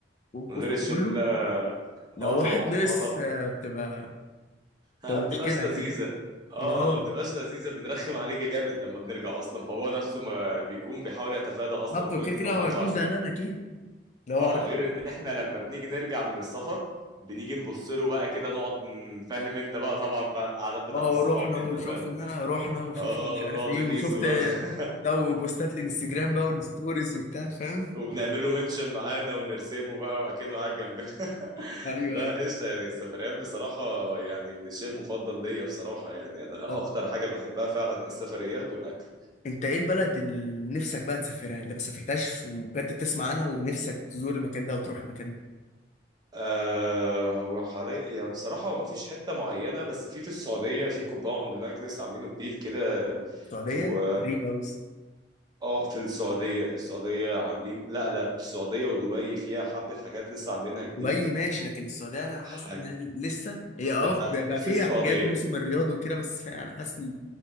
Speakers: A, on the left; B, on the right.
A: اوف
B: من غير الشله
A: كله لو
B: اه طبعا
A: واحد نقص
B: اه طبعا
A: آه، بتبقى بتبقى
B: ما بتبقاش
A: مشكله
B: لذيذه
A: اكيد
B: اه
A: اه
B: ما بتبقاش لذيذه بنرخم عليه جامد لما بنرجع اصلا فهو نفسه ما بيكون بيحاول يتفادى اصلا
A: بالظبط وكده
B: بوينت
A: كده
B: ان هو
A: هو
B: ما يطلعش
A: هيكون زعلان اكيد لو
B: اه
A: عارف
B: غير ان احنا لما بنيجي نرجع من السفر بنيجي نبص له بقى كده نقعد ن- فاهم انت بقى طبعا بقى القعدات بتاعت
A: اه
B: الصحاب
A: رحنا
B: دي
A: وشفنا
B: انت فاهم
A: رحنا وشفنا
B: اه
A: ومش عارف
B: نقعد
A: ايه
B: نغيظه
A: وشفت
B: بقى <laughs>
A: ده وبوستات الانستجرام بقى والستوريز وبتاع فاهم
B: وبنعمل له منشن معانا ونرسمه بقى وأكنه قاعد جنبنا <laughs>
A: ايوه
B: لا
A: ايوه
B: قشطة يعني السفريات بصراحة يعني من الشيء المفضل ليا بصراحة يعني أنا
A: طب
B: أكتر حاجة بحبها فعلا السفريات والأكل
A: انت ايه البلد اللي نفسك بقى تسافرها اللي ما سافرتهاش وبجد بتسمع عنها ونفسك تزور المكان ده وتروح المكان ده
B: آه هو حاليا يعني بصراحة هو مفيش حتة معينة بس في في السعودية في كومباوند هناك لسه عاملينه جديد كده
A: السعوديه
B: هو
A: غريبه قوي
B: اه في السعودية السعودية عاملين لا لا السعودية ودبي فيها حبة حاجات لسه عاملينها جديد
A: دبي ماشي لكن السعوديه انا
B: حاجة.
A: حاسس ان لسه هي اه
B: لا
A: بقى
B: في
A: فيها
B: السعودية
A: حاجات موسم الرياض وكده بس فيها انا حاسس ان